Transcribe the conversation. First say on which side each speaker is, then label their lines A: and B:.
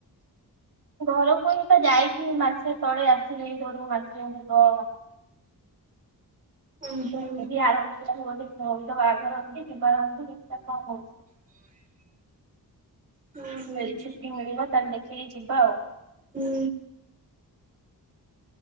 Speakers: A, on the right (about 75°); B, on the right (about 20°).
A: ଘରକୁ ହିଁ ତ ଯାଇଥିଲି ମାସେ ତଳେ ଆସିଲି ଘରୁ ମାସେ ହବ।
B: <inaudible> ଉଁ
A: ତ
B: ହୁଁ
A: ଯଦି ଆରମାସ ମୋର ଗୋଟେ ଭଉଣୀ ର ବାହାଘର ଅଛି ଯିବାର ଅଛି ଦେଖିବା। ଙ୍କ ହଉଚି।
B: ଉଁ ହୁଁ
A: ଯଦି ଛୁଟି ମିଳିଲା ତାହେଲେ ଦେଖିକି ଯିବା ଆଉ।
B: ହୁଁ।